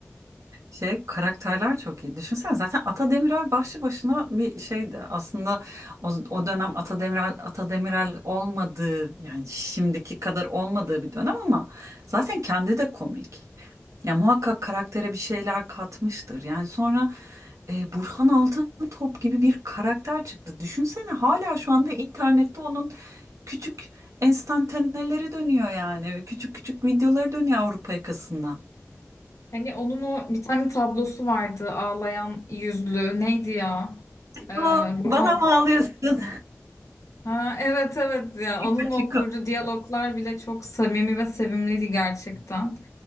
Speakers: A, on the right; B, on the left.
A: Şey karakterler çok iyi. Düşünsene zaten Ata Demiral başlı başına bir şeydi. Aslında o, o dönem Ata Demiral Ata Demiral olmadığı yani şimdiki kadar olmadığı bir dönem ama zaten kendi de komik. Ya muhakkak karaktere bir şeyler katmıştır. Yani sonra e, Burhan Altıntop gibi bir karakter çıktı. Düşünsene hala şu anda internette onun küçük enstantaneleri dönüyor yani. Küçük küçük videoları dönüyor Avrupa yakasında.
B: Hani onun o bir tane tablosu vardı ağlayan yüzlü neydi ya?
A: <laughs>
B: Ee,
A: Aa,
B: Burhan.
A: bana mı ağlıyorsun?
B: Ha, evet evet ya
A: Tipo,
B: onun
A: te
B: da o kurduğu diyaloglar bile çok samimi ve sevimliydi gerçekten.